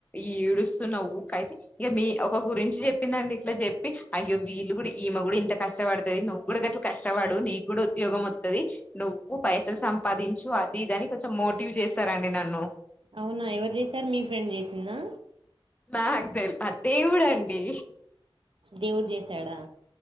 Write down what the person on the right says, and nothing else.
ఔనా ఎవరు చేసారు మీ ఫ్రెండ్ చేసిందా
దేవుడు చేసాడా